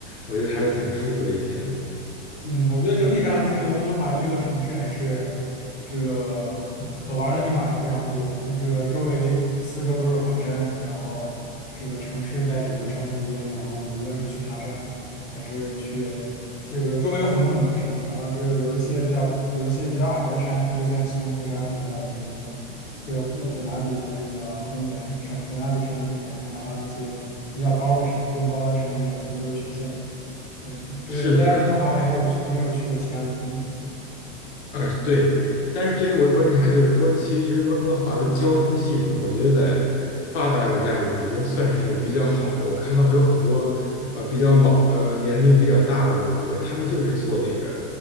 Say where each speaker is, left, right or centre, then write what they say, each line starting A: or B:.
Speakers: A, on the left; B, on the left.
A: 我觉得还是挺舒服的一天。
B: 嗯，我觉得整体上这个温哥华这个城市还是这个可玩儿的地方还是非常多。那这个周围四周都是环山，然后这个城市在整个山中间，然后你无论是去爬山还是去这个周围有很多很多的山，然后这个有一些比较有一些比较矮的山，就像西蒙菲沙所在的这个地方，这个本本拿比的这个公园山本拿比山公园，然后还有一些比较高的山，这种高的山远处就是雪线。对，这个你在温哥华还有还没有去过其他的景点？
A: 是的，而呃，对，但是这里我有观察就是说，其实温哥华的交通系统，我觉得在发达国家里已经算是比较好的。我看到还有很多呃比较老呃年龄比较大的游客，他们就是坐那个